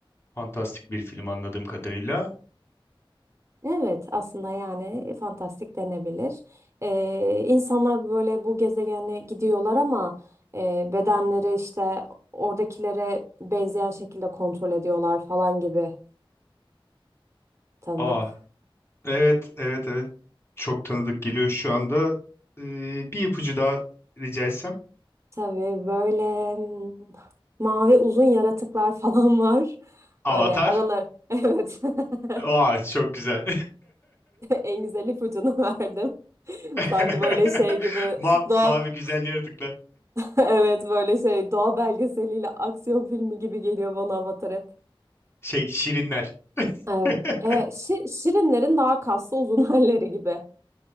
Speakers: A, on the left; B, on the right.
A: Fantastik bir film anladığım kadarıyla.
B: Evet, aslında yani fantastik denebilir. Ee, insanlar böyle bu gezegene gidiyorlar ama e, bedenleri işte oradakilere benzeyen şekilde kontrol ediyorlar falan gibi tanıdık.
A: Aa, evet, evet, evet. Çok tanıdık geliyor şu anda. Ee, bir ipucu daha rica etsem.
B: Tabii böyle mm, mavi uzun yaratıklar falan <laughs> var.
A: Avatar.
B: Böyle aralar. <laughs> Evet. <laughs>
A: Aa, çok güzel.
B: En güzel ipucunu verdim. <laughs>
A: <laughs>
B: Sanki böyle şey gibi
A: Ma
B: doğa
A: mavi
B: <laughs>
A: güzel yaratıklar.
B: evet böyle şey doğa belgeseliyle aksiyon filmi gibi geliyor bana Avatar hep.
A: Şey şirinler.
B: Evet.
A: <laughs>
B: E, Şi- şirinlerin daha kaslı uzun <laughs> halleri gibi.